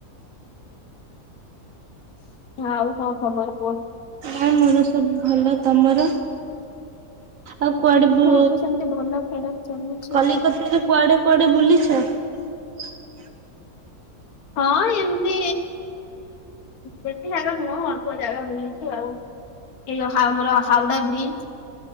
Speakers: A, on the left (about 75°); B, on the right (about 65°).
A: ଆଉ କଣ ଖବର କୁହ?
B: ନାଇଁ ମୋର ସବୁ ଭଲ, ତମର? ଆଉ କୁଆଡେ ବୁ
A: ମୋର ସେମିତି ଭଲ ଖରାପ ଚାଲୁଛି।
B: କଲିକତାରେ କୁଆଡେ କୁଆଡେ ବୁଲିଚ <unintelligible>
A: ହଁ ଏମିତି ବେଶୀ ଜାଗା ନୁହଁ ଅଳପ ଜାଗା ବୁଲିଛି ଆଉ। ଏଇ ଯୋଉ ଆମର ହାୱାଡା ବ୍ରିଜ।